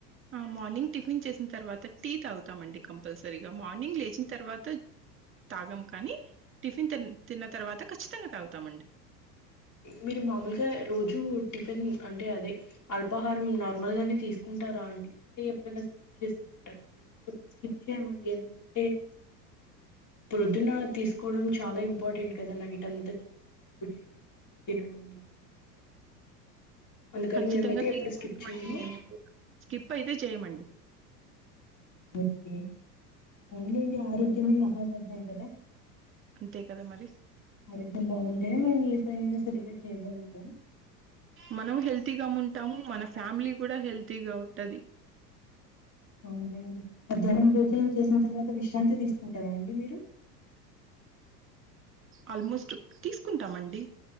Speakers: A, on the right; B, on the left.
A: ఆ మార్నింగ్ టిఫిన్ చేసిన తర్వాత టీ తాగుతామండి కంపల్సరీగా మార్నింగ్ లేచిన తర్వాత తాగం కానీ టిఫిన్ తిన్ తిన్న తర్వాత ఖచ్చితంగా తాగుతామండి
B: మీరు మామూలుగా రోజు టిఫిన్ అంటే అదే అల్పాహారం నార్మల్ గానే తీసు తింటారా అండి అంటే ఎప్పుడనా స్కిప్ చేస్తూ ఉంటారా మేమైతే ఎప్పుడూ స్కిప్ చేయమండి ఎందుకంటే ప్రొద్దున తీసుకోవడం చాలా ఇంపార్టెంట్ కదా నైట్ అంతా చాలా గ్యాప్ వచ్చి నాది తినడం ద దాంట్లో అందుకని
A: ఖచ్చితంగా
B: మేమైతే
A: తీసుకుంటామండి
B: ఎప్పుడు స్కిప్ చేయము
A: మేము స్కిప్ అయితే చేయమండి
B: ఓకే ఔన్లేండి ఆరోగ్యమే మహాభాగ్యం కదా
A: అంతే కదా మరి
B: అరోగ్యం బాగుంటేనే మరి <inaudible> సరిగ్గా చేయగలుగుతాం
A: మనము హెల్తీగా ఉంటాము మన ఫ్యామిలీ కూడా హెల్తీగా ఉంటాది
B: అవునండి మధ్యాహ్నం భోజనం చేసిన తర్వాత విశ్రాంతి తీసుకుంటారా అండి మీరు
A: ఆల్మోస్ట్ తీసుకుంటామండి